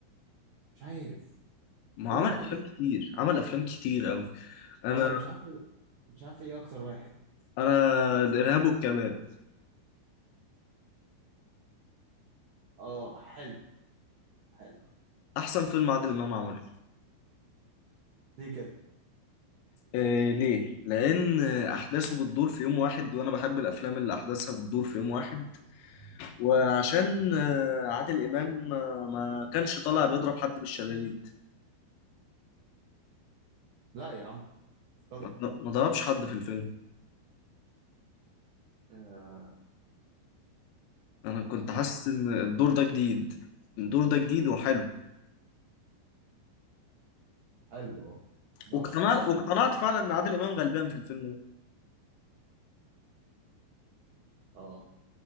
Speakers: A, on the right; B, on the left.
A: مش عارف
B: ما
A: قول
B: عمل
A: انت
B: افلام
A: كده
B: كتير عمل افلام كتير قوي انا
A: اه أنا مش عارف مش عارف ايه اكتر واحد
B: انا الارهاب والكباب
A: اه حلو حلو
B: احسن فيلم عادل امام عمله
A: ليه كده
B: إيه ليه؟ لأن أحداثه بتدور في يوم واحد وأنا بحب الأفلام اللي أحداثها بتدور في يوم واحد وعشان آه، عادل إمام ما ما كانش طالع بيضرب حد بالشلاليه
A: لا يا عم طرب
B: ما ما ضربش حد في الفيلم
A: اه
B: انا كنت حاسس
A: آه، صح.
B: ان الدور ده جديد الدور ده جديد وحلو
A: حلو اه ما
B: واقتنعت
A: بعرفش حد مش
B: واقتنعت
A: حلو
B: فعلا ان عادل امام غلبان في الفيلم
A: اه